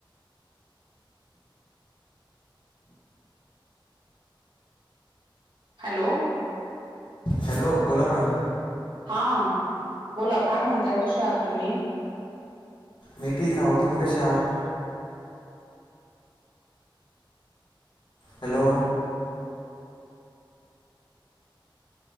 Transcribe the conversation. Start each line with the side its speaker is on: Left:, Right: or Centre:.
Right: हॅलो,
Left: हॅलो, बोला ना.
Right: हा बोला, काय म्हणताय कसे आहात तुम्ही?
Left: मी ठीक आहो, तुम्ही कसे आहात? हॅलो.